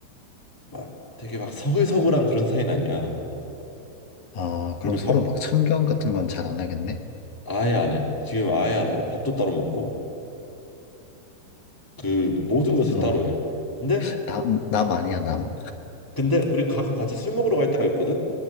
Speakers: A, in the centre; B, on the left (about 60°).
A: 막 되게 막 서글서글한 그런 사이는 아니야.
B: 아, 그럼
A: 우리
B: 서로
A: 밥
B: 막 참견 같은 건 잘 안 하겠네?
A: 아예 안 해. 지금 아예 안 하고 밥도 따로 먹고 그 모든 것을
B: 어,
A: 따로 해. 근데
B: 남, 남 아니야, 남.
A: 근데 우리 가끔 같이 술 먹으러 갈 때가 있거든.